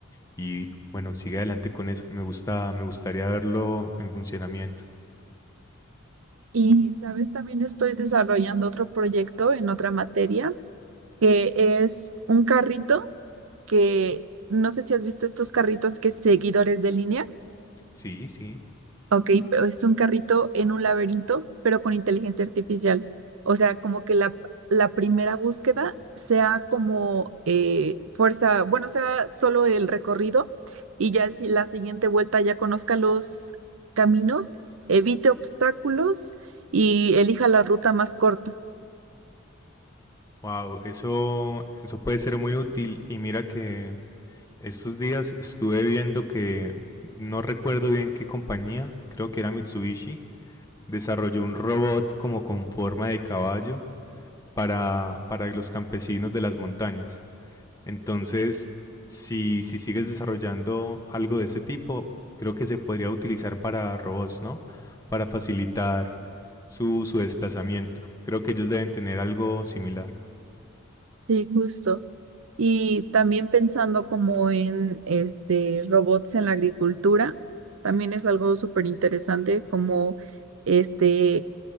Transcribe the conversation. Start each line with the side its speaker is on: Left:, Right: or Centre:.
Left: y bueno, sigue adelante con eso. Me gusta, me gustaría verlo en funcionamiento.
Right: Y, sabes, también estoy desarrollando otro proyecto en otra materia, que es un carrito que no sé si has visto estos carritos que es seguidores de línea.
Left: Sí, sí.
Right: Ok, pero es un carrito en un laberinto, pero con inteligencia artificial. O sea, como que la, la primera búsqueda sea como eh, fuerza, bueno, sea solo el recorrido y ya el si- la siguiente vuelta ya conozca los caminos, evite obstáculos y elija la ruta más corta.
Left: Wow, eso, eso puede ser muy útil. Y mira que estos días estuve viendo que no recuerdo bien qué compañía, creo que era Mitsubishi, desarrolló un robot como con forma de caballo para, para los campesinos de las montañas. Entonces, si, si sigues desarrollando algo de ese tipo, creo que se podría utilizar para robots, ¿no? Para facilitar su, su desplazamiento. Creo que ellos deben tener algo similar.
Right: Sí, justo. Y también pensando como en este robots en la agricultura, también es algo súper interesante como este